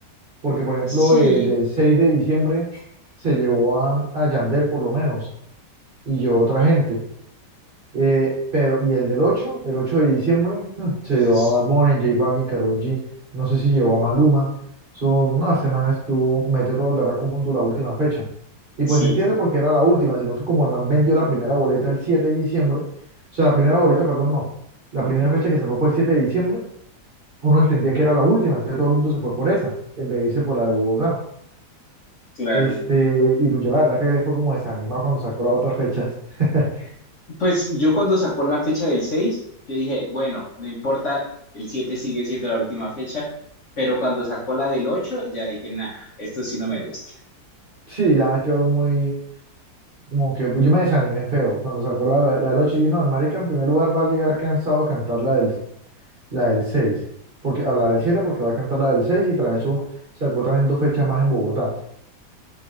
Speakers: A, on the right; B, on the left.
A: porque por ejemplo
B: sí,
A: el del 6 de diciembre se llevó a, a Yandel por lo menos y yo otra gente, Eh, pero, y el del ocho el 8 de diciembre, mm, se
B: pues
A: llevó a Bad Bunny, J Balvin, Karol G, no sé si llevó a Maluma, son, no, este man estuvo, metió todo el berraco mundo la última fecha. Y
B: sí,
A: pues se entiende porque era la última, sino que como el man vendió la primera boleta el 7 de diciembre, o sea, la primera boleta, perdón, no, la primera fecha que sacó fue el 7 de diciembre, uno entendía que era la última, entonces todo el mundo se fue por esa, en vez de irse por la de Bogotá.
B: claro.
A: Este, y pues yo la verdad que fue como desanimado cuando sacó las otras fechas. <laughs>
B: Pues yo cuando sacó la fecha del 6, yo dije, bueno, no importa, el 7 sigue siendo la última fecha, pero cuando sacó la del 8, ya dije, nah, esto sí no me gusta.
A: Sí, ya quedó muy Como que pues, yo me desanimé feo cuando sacó la, la, la de los chinos. No, El marica en primer lugar va a llegar cansado a cantar la del, la del 6 porque, a la del 7 porque va a cantar la del 6 y tras eso sacó también dos fechas más en Bogotá.